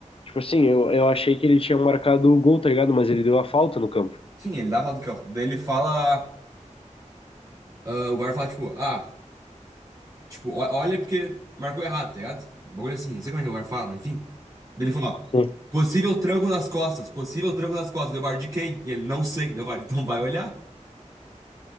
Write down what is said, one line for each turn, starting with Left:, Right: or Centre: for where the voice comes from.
Left: Tipo assim, eu, eu achei que ele tinha marcado o gol, tá ligado? Mas ele deu a falta no campo.
Right: Sim, ele dá falta de campo. Daí ele fala, ah, o VAR fala, tipo, ah, tipo, ó- olha porque marcou errado, tá ligado? Um bagulho assim, não sei como é que o VAR fala, mas enfim. Daí ele fala,
Left: Sim.
Right: possível tranco nas costas, possível tranco nas costas. Deu VAR de quem? E ele, não sei. Deu VAR, <laughs> então vai olhar.